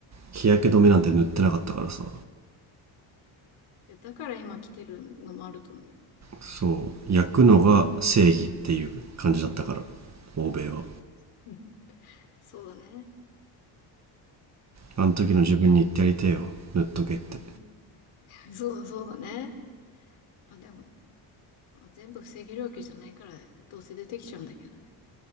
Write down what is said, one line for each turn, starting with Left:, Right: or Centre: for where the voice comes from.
Right: 日焼け止めなんて塗ってなかったからさ
Left: うん。いや、だから今来てるのもあると思うよ。
Right: そう焼くのが正義っていう感じだったから欧米は
Left: <laughs> そうだね。
Right: あの時の自分に言ってやりてえよ塗っとけって
Left: いや、うん。そう、そうだね。まあでも、まあ、全部防げるわけじゃないから、どうせ出てきちゃうんだけどね。